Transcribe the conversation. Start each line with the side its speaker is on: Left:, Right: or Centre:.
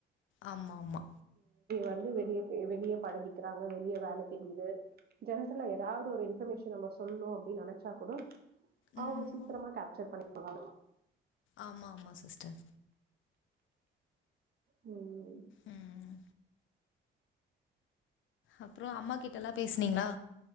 Left: ஆமா ஆமா
Right: வந்து வெளிய வெளியே பழகிக்கிறாங்க வெளிய வேல தெரியுது ஜென்ட்ரல ஏதாவது ஒரு இன்பர்மேஷன் நம்ம சொல்ணு அப்டின்னு நெனைச்சா கூட அவுங்க
Left: ம்
Right: சீக்ரமா கேப்சர் பண்ணிப்பாங்க
Left: ஆமா ஆமா சிஸ்டர்
Right: ம்
Left: ம் அப்ரோ அம்மா கிட்டல்லா பேசுநீக்லா